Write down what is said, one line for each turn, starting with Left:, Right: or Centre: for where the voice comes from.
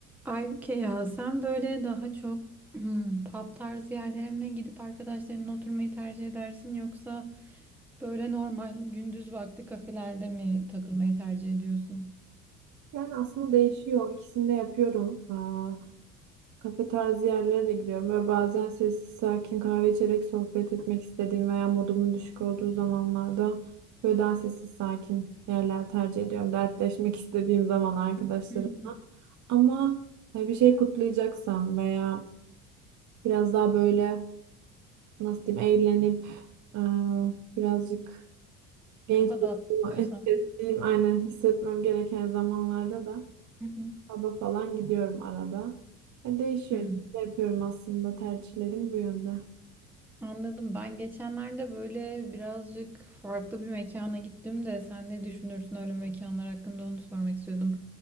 Centre: Aybüke ya sen böyle daha çok hmm, pub tarzı yerlere mi gidip arkadaşlarınla oturmayı tercih edersin yoksa böyle normal gündüz vakti kafelerde mi takılmayı tercih ediyorsun?
Right: Yani aslında değişiyor. İkisini de yapıyorum. Aa, kafe tarzı yerlere de gidiyorum. Böyle bazen sessiz sakin kahve içerek sohbet etmek istediğim veya modumun düşük olduğu zamanlarda böyle daha sessiz sakin yerler tercih ediyorum. Dertleşmek istediğim zaman arkadaşlarımla.
Centre: Hı hı.
Right: Ama hani bir şey kutlayacaksam veya biraz daha böyle nasıl diyeyim eğlenip aa, birazcık genç
Centre: Kafa
Right: olduğumu
Centre: dağıtmak istiyorsan.
Right: <laughs> hissettiğim aynen hissetmem gereken zamanlarda da
Centre: Hı hı.
Right: Pub'a falan gidiyorum arada. E, değişiyor.
Centre: Hı.
Right: Ne yapıyorum aslında tercihlerim bu yönde.
Centre: Anladım. Ben geçenlerde böyle birazcık farklı bir mekana gittim de sen ne düşünürsün öyle mekanlar hakkında onu sormak istiyordum.